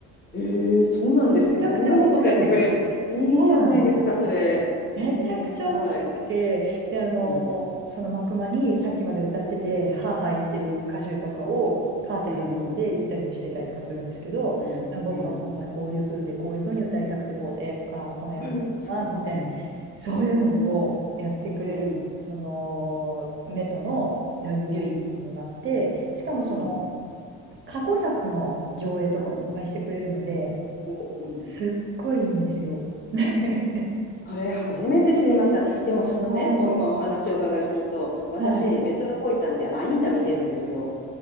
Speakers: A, on the left; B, on the right.
A: ええそうなんですね。
B: めちゃくちゃ面白いんです。
A: そんなのことやってくれるの。いいじゃないですか、
B: そうなんです。
A: それ。
B: めちゃくちゃ面白くて、
A: ええ見たい。
B: で、あの、
A: うん、う
B: その幕間にさっきまで歌ってて、ハーハー言ってる歌手とかをカーテンの人でインタビューしてたりとかするんですけど、
A: ん、うん、うん、うん、
B: 僕は今回こういう風で、
A: うん。
B: こういう風に歌いたくてこうでとか、この役はみたいな、
A: うんすごい。う
B: そういうのをやってくれる、
A: ん、うん、うん、
B: その、メトのライブビューイングっていうのがあって、
A: うん、
B: しかもその、
A: うん。
B: 過去作の上映とかもいっぱいしてくれるので、
A: はい。お、うん。
B: すっごいいいんですよ。<laughs>
A: それ初めて知りました。でもそのね、
B: も
A: お、今お話をお伺いすると、私、
B: う、はい。
A: メトロポリタンでアイーダ見てるんですよ。